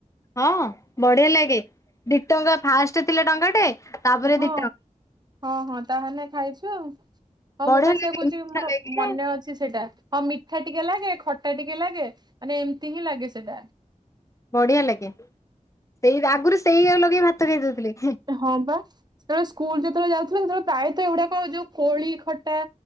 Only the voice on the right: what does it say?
ହଁ
ହଁ ହଁ ତାହେଲେ ଖାଇ ହ ହଁ
ମୁଁ ପାସିବା
କହୁଛି
ମୋର
ମନେ ଅଛି ସେଇଟା ହଁ ମିଠା ଟିକେ ଲାଗେ ଖଟା ଟିକେ ଲାଗେ ମାନେ ଏମିତି ହିଁ ଲାଗେ ସେଟା
ହଁ ବା ସେତେବେଳେ ସ୍କୁଲ ଯେତେବେଳେ ଯାଉଥିଲେ ସେତେବେଳେ ପ୍ରାୟତଃ ଏଗୁଡାକ ଯୋଉ କୋଳି ଖଟା